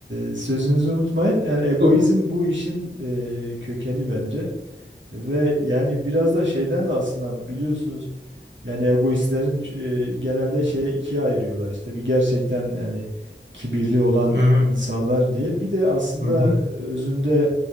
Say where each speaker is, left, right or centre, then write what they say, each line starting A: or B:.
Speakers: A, on the right; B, on the right.
A: e, sözünüzü unutmayın. Yani egoizm
B: Hı
A: bu işin e, kökeni bence. Ve yani biraz da şeyden de aslında biliyorsunuz yani egoistlerin e, genelde şeye ikiye ayırıyorlar. İşte bir gerçekten yani kibirli olan
B: hı,
A: insanlar diye. Bir de aslında
B: hı hı, hı.
A: özünde